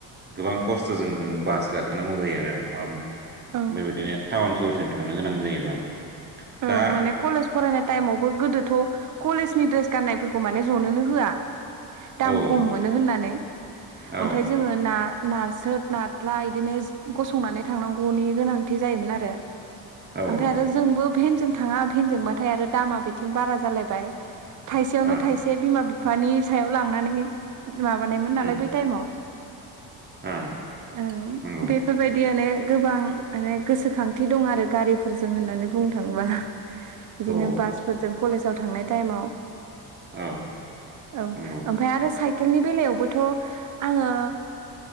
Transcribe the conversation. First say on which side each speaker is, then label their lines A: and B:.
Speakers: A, on the right; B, on the right.
A: गोबां खस्थ' जों जों बास गाखोनांगौ जायो आरो मान
B: औ
A: बेबायदिनो टाउन सहरसिम थांनो गोनां जायोबा
B: औ
A: दा
B: माने कलेज फरायनाय टाइमावबो गोदोथ' कलेजनि ड्रेस गान्नायफोरखौ माने जनोनो होआ
A: औ
B: दाम खम मोनो होननानै
A: औ
B: ओमफ्राय जोङो ना नाथ्रोद नाथ्रा बिदिनो गसंनानै थांनांगौनि गोनांथि जायोमोन आरो
A: औ
B: ओमफ्राय आरो जोंबो भेनजों थाङा भेनजोंबाथाय आरो दामा बिथिं बारा जालायबाय थाइसेयावनो
A: औ ओ
B: थाइसे बिमा बिफानि सायाव लांनानै माबानायमोन
A: उम
B: नालाय बै टाइमाव
A: ओ
B: ओं
A: नंगौ
B: बे बेफोरबायदि आने गोबां माने गोसोखांथि दं आरो गारिफोरजों होननानै बुं थांबा बिदिनो
A: औ
B: बासफोरजों कलेजाव थांनाय टाइमाव
A: औ।
B: औ
A: नंगौ
B: ओमफ्राय आरो साइकेलनि बेलायावबोथ' आङो